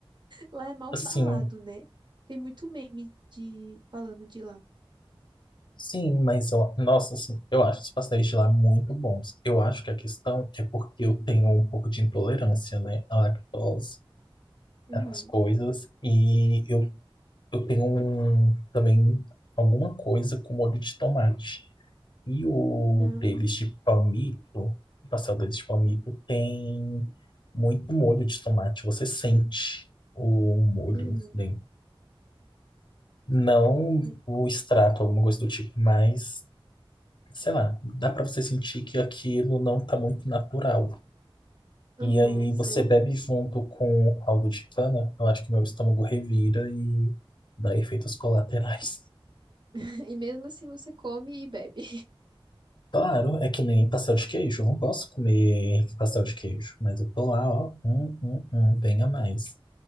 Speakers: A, on the right (about 55°); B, on the left (about 55°).
A: Lá é mal
B: Assim,
A: falado, né? Tem muito meme de falando de lá.
B: sim, mas eu, nossa, assim, eu acho os pastéis de lá muito bons. Eu acho que a questão é porque eu tenho um pouco de intolerância, né, à lactose,
A: Uhum.
B: essas coisas, e eu, eu tenho um, também alguma coisa com molho de tomate. E o
A: Não.
B: deles de palmito, o pastel deles de palmito, tem muito molho de tomate. Você sente o molho
A: Uhum.
B: dentro. Não
A: Ai,
B: o extrato, alguma coisa do tipo, mas, sei lá, dá pra você sentir que aquilo não tá muito natural.
A: Uhum,
B: E aí
A: sei.
B: você bebe junto com o caldo de cana, eu acho que meu estômago revira e dá efeitos colaterais.
A: <laughs> E mesmo assim você come e bebe.
B: Claro, é que nem pastel de queijo. Eu não posso comer pastel de queijo, mas eu tô lá, ó. Hum, hum, hum, venha mais.